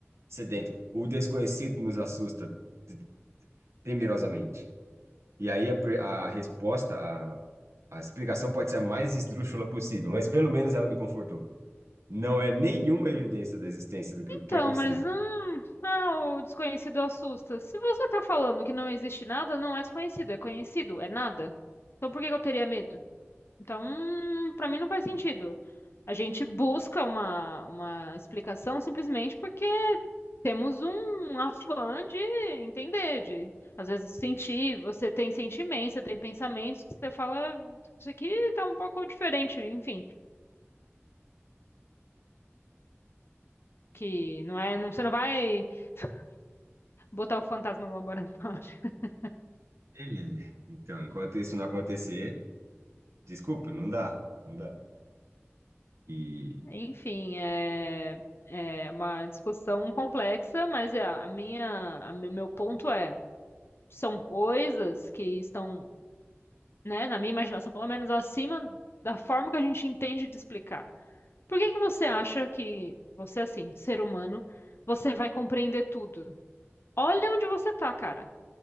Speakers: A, on the right (about 75°); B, on the left (about 55°).
A: Sedento. O desconhecido nos assusta te- temerosamente. E aí a, per- a resposta, a, a explicação pode ser a mais esdrúxula possível, mas pelo menos ela me confortou. Não é nenhuma evidência da existência do que
B: Então,
A: eu- quer que eu
B: mas
A: seja.
B: hum, ah, o desconhecido assusta. Se você tá falando que não existe nada, não é desconhecido, é conhecido, é nada. Então por que que eu teria medo? Então, para mim não faz sentido. A gente busca uma, uma explicação simplesmente porque temos um um afã de entender, de às vezes sentir, você tem sentimentos, você tem pensamentos que você fala, isso aqui tá um pouco diferente, enfim, que não é, não, você não vai <laughs> botar o fantasma no laboratório. <laughs>
A: É. Então, enquanto isso não acontecer. Desculpa, não dá, não dá. E,
B: Enfim, é, é uma discussão complexa, mas é, a minha, a, meu meu ponto é, são coisas que estão né, na minha imaginação, pelo menos acima da forma que a gente entende de explicar. Por que que você acha que você, assim, ser humano, você vai compreender tudo? Olha onde você tá, cara.